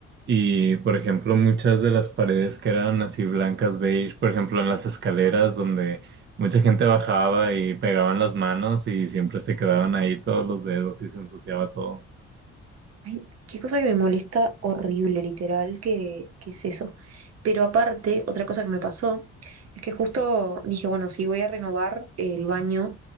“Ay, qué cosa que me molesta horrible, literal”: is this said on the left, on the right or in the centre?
Right